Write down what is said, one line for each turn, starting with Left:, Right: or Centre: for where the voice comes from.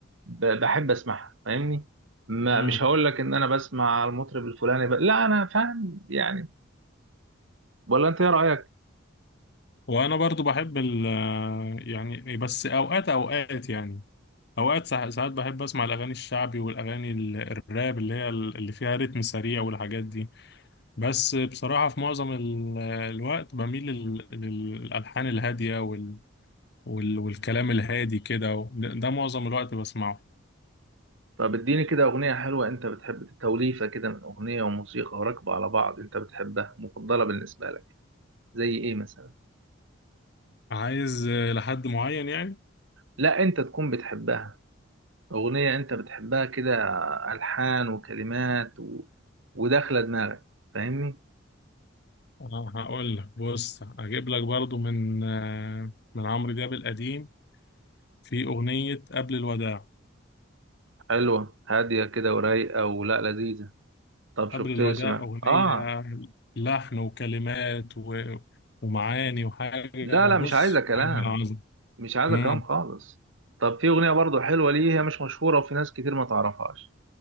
Right: ب- بحب اسمعها فاهمني ما
Left: مم.
Right: مش هقول لك ان انا بسمع المطرب الفلاني ب... لا انا فاهم يعني ولا انت ايه رايك
Left: وانا برضو بحب ال يعني بس اوقات اوقات يعني اوقات سا- ساعات بحب اسمع الاغاني الشعبي والاغاني ال- الراب اللي هي ال- اللي فيها رتم سريع والحاجات دي بس بصراحة في معظم ال- الوقت بميل لل- للالحان الهادية وال... والكلام الهادي كده و... ده ده معظم الوقت بسمعه
Right: طب اديني كده أغنية حلوة أنت بتحب توليفة كده من أغنية وموسيقى وراكبة على بعض أنت بتحبها مفضلة بالنسبة لك زي إيه مثلا؟
Left: عايز آه، لحد معين يعني
Right: لا أنت تكون بتحبها أغنية أنت بتحبها كده ألحان وكلمات و... وداخلة دماغك فاهمني؟
Left: آه، هقول لك بص اجيب لك برضو من آه، من عمرو دياب القديم في أغنية قبل الوداع
Right: حلوة هادية كده ورايقة ولا لذيذة طب شفت
Left: قبل الوداع
Right: سمع
Left: أغنية
Right: آه
Left: لحن وكلمات و... ومعاني وحاجة
Right: لا لا
Left: بص
Right: مش عايزة كلام
Left: حاجة عظمة
Right: مش عايزة
Left: مم.
Right: كلام خالص طب في أغنية برضو حلوة ليه هي مش مشهورة وفي ناس كتير ما تعرفهاش